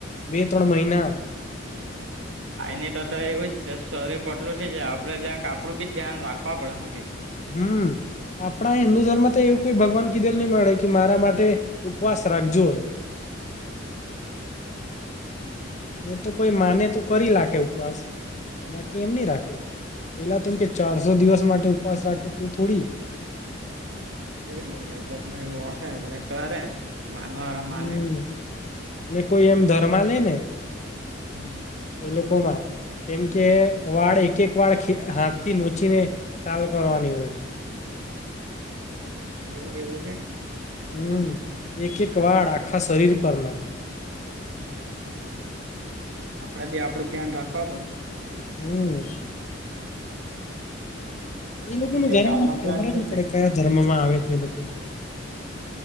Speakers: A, on the left; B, on the right.
A: બે ત્રણ મહિના
B: ખાયની તો તો એવું જ શરીર પટલું થઈ જાય આપડે જરાક આપડું બી ધ્યાન રાખવા પડે હું કે?
A: હમ્મ. આપણા હિન્દુ ધર્મ તો એવું કોઈ ભગવાન કીધેલ નહી મળે કે મારા માટે ઉપવાસ રાખજો.
B: હા.
A: એમ તો કોઈ માને તો કરી લાખે ઉપવાસ. બાકી એમ નહી રાખે પેલા તો એમ કે ચારસો દિવસ માટે ઉપવાસ રાખે તે થોડી
B: એવું જ વરી એ લોકમાં એવું હોએ એટલે કરે માનવાળા
A: હમ્મ
B: માને
A: ને કોઈ એમ ધરમા લે ને
B: હમ્મ,
A: એ લોકોમાં તેમ કે વાળ એક એક વાળ ખે હાથથી નોચીને ટાલ કરવાની હોય.
B: હમ્મ. એવું એવું કે
A: હમ્મ, એક એક વાળ આખા શરીર પરના
B: હમ્મ, આપડે બી આપડું ધ્યાન રાખવા પડ્યું.
A: હમ્મ. એ લોકોનો
B: હું કે
A: ધર્મમાં
B: કાલનો
A: ખબર
B: પ્લાન શું
A: જ નહી
B: છે
A: પડે કયા ધર્મમાં આવે તે લોકો